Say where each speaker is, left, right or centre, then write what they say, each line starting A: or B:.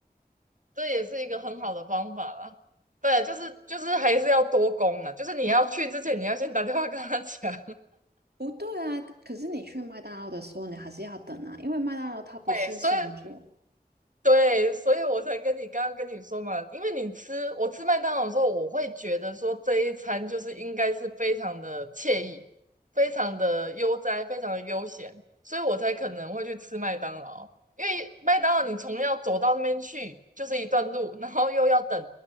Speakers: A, on the right; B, on the right.
A: 这也是一个很好的方法啦。对，就是就是还是要多攻呢，就是你要去之前，你要先打电话跟她讲。
B: 不对啊，可是你去麦当劳的时候，你还是要等啊，因为麦当劳它不是现做，
A: <laughs> 所以。对，所以我才跟你刚刚跟你说嘛，因为你吃我吃麦当劳的时候，我会觉得说这一餐就是应该是非常的惬意，非常的悠哉，非常的悠闲，所以我才可能会去吃麦当劳。因为麦当劳你从要走到那边去就是一段路，然后又要等，